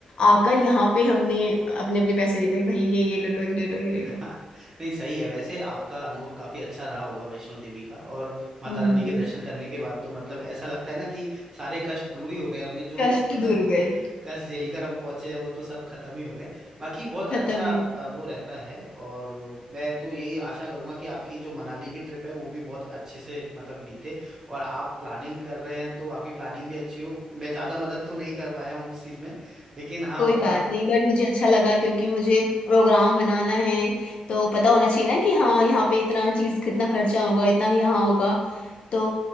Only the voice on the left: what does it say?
आकर यहाँ पे हमने अपने अपने पैसे देते भाई ये ये ले लो ये ले लो ये ले
लो
हम्म
कष्ट
दूर हो
गए
खत्म ही
कोई
बात नहीं बट मुझे अच्छा लगा क्योंकि मुझे प्रोग्राम बनाना है तो पता होना चाहिए ना कि हाँ यहाँ पे इतना चीज कितना खर्चा होगा इतना यहाँ होगा तो